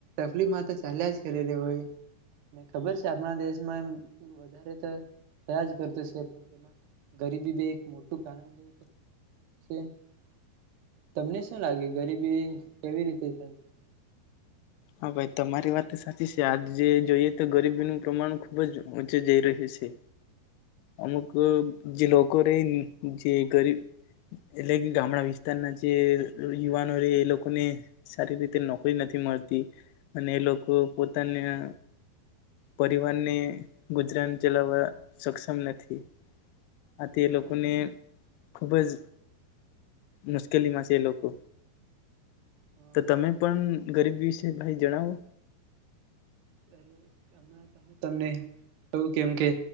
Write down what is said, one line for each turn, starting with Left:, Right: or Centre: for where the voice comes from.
Right: તકલીફમાં તો ચાલ્યા જ કરે રે હોય. ખબર છે આપણા દેશમાં એમ વધારે તો થયા જ. પણમાં ગરીબી બી એક મોટું કારણ જે ર <unintelligible> તમને શું લાગે? ગરીબી કેવી રીતે થાય છે?
Left: હા ભાઈ તમારી વાત સાચી છે. આજ જે જોઈએ તો ગરીબીનું પ્રમાણ ખુબ જ ઊંચે જઈ રહ્યું છે. અમુક જે લોકો રેન જે ગરીબ એટલે કે ગામડા વિસ્તારના જે યુવાનો રયે એ લોકોને સારી રીતે નોકરી નથી મળતી. અને એ લોકો પોતાના પરિવારને ગુજરાન ચલાવવા સક્ષમ નથી. આથી
Right: હા
Left: એ લોકોને ખુબ જ મુશ્કેલીમાં છે એ લોકો.
Right: હ
Left: તો તમે પણ ગરીબી વિશ એ ભાઈ જણાવો.
Right: હમણાં હું તમને કેઉં કેમ કે